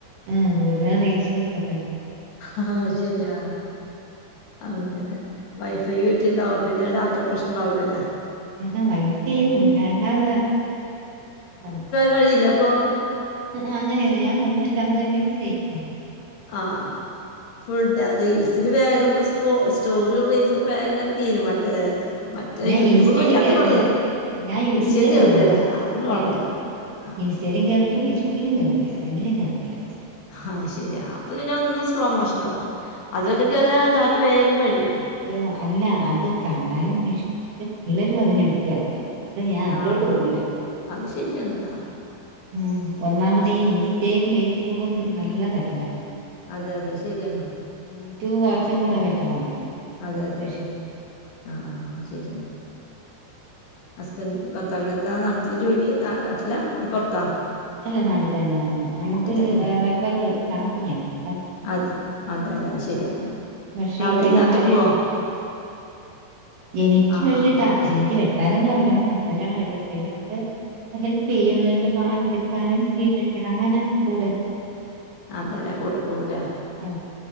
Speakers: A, on the right (about 65°); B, on the left (about 70°).
A: ആ കൂടുതലാ റീൽസും ഒക്കെക്കെ തന്നെ
B: അഹ് ശരിയാ അങ്ങനെ വൈഫൈ വീട്ടിണ്ടാവും അപ്പം ന്നെ ടാറ്റ പ്രശ്നംണ്ടാവൂല്ലല്ലേ
A: <unintelligible> വൈഫൈയെന്നുംല്ല അല്ലാതെ പ
B: കഴില്ലപ്പോ
A: അ ആഅങ്ങനെയാണ് ഞാൻ മുന്നൂറ്റമ്പതിന്റെ ത്ചെയ്യ് താ
B: ആഹ് ഫുൾ ഡെ റീൽസ്‌ ല്‌ വേഗം സ്റ്റോ റിം റീസും വേഗം തീരും മറ്റേ മറ്റേ
A: ഞാൻ
B: യൂട്യൂബ്
A: ഇൻസ്റ്റേല്
B: നോക്കിയാ
A: കേറൂല്ല
B: അത്രേം തീരും
A: ഞാൻ യൂട്യൂബിലേ
B: ഇൻസ്റ്റേല് കേറൂലല്ലേ
A: കേറുള്ളു
B: ആഹ് പിന്നെ
A: ഇല്ലല്ല
B: കൊഴപ്പല്ല ആഹ്
A: ഇൻസ്റ്റേലും കേറൂല്ല ഫേസ്ബുക്കിലും കേറൂല്ല രണ്ടിലും കേറത്തില്ല
B: ആഹ് ശരിയാ അപ്പം പിന്നെ ഒന്ന് സ്‌ലോ മോഷനാവും അതിലൊക്കെ കേറാ യാ ഡാറ്റ വേകം കഴിയും
A: അയ്യോ അല്ല അത് കണ്ടാലും വി ഷയാ പിള്ളേരും അതിന് അഡിക്റ്റ് ആകും അതോണ്ട് ഞാഅതിലോട്ട്
B: ആഹ്
A: പോവില്ല
B: അത് ശരിയാണ്‌ട്ടാ
A: ഉം ഒന്നാമതീ
B: അത് ശരി
A: ഇൻ റ്റേ ഫേസ്ബുക്കും നല്ലതല്ല
B: അതെ അതെ ശരിയാണ്
A: യൂട്യൂബ് കുറച്ചും
B: ഉം.
A: കൂടെ ബെറ്ററാണ് അതൊണ്ട്
B: അതെ അതെ
A: വിഷയല്ല
B: ആഹ് ആഹ് ആഹ് എന്നാ ശരിന്നാ ഹസ്ബൻഡ് ഭർത്താവിന് എന്താ നാട്ടില് ജോലി നാട്ടില അത് പുറത്താ
A: അല്ല നാട്ടിൽ തന്നെയ നമ്മുക്ക്
B: തന്നെ
A: റബ്ബർ ടാപ്പിങ് ആണ് കേട്ടാ
B: അത് അതതെ ശരിയാ
A: പക്ഷേ
B: രാവിലെ
A: ഇപ്പ ഇന്റെ
B: നേരത്തെ
A: മഴയാണ്
B: പോവോ
A: എനിക്ക്
B: ആഹ്
A: പക്ഷേട്ടാ
B: ആഹ് അത്
A: എനിക്ക്
B: ശരിയാ
A: <unintelligible> വെട്ടാനൊന്നും അറിഞ്ഞൂടാ ഇവിടെ ഹസ്ബൻഡാണ്ണ് വെട്ടുന്നത് പിന്നെ നമ്മള് ഹെൽപ് ചെയ്യോന്ന് വെച്ചാൽ പാലെടുക്കാനും ഷീറ്റ് അടിക്കണം അങ്ങനെ കൂടുതലും
B: അതല്ലേ കൂടെ പോവൂല്ലേ
A: ആ